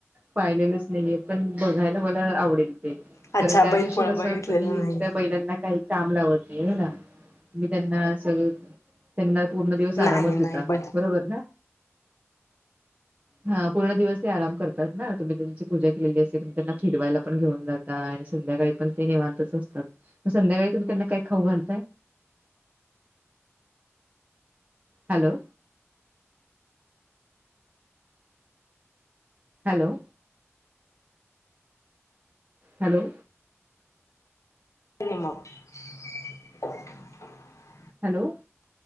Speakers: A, on the right; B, on the left.
A: पाहिलेलंच नाहीये पण बघायला मला आवडेल ते
B: अच्छा
A: कारण त्या
B: बैलपोळा
A: दिवशी कस
B: बघितलेला
A: तुम्ही
B: नाही
A: त्या बैलांना काही काम लावत नाही त्याला मी त्यांना सगळ त्यांना पूर्ण दिवस
B: नाही
A: आरामच
B: नाही
A: देता.
B: ब
A: बरोबर ना! हा पूर्ण दिवस ते आराम करतात ना तुम्ही त्यांची पूजा केलेली असेल त त्यांना फिरवायला पण घेऊन जातात. संध्याकाळी पण ते निवांतच असतात. मगं संध्याकाळी तुम्ही त्यांना काय खाऊ घालताय? Hello! Hello! Hello!
B: <inaudible>
A: Hello!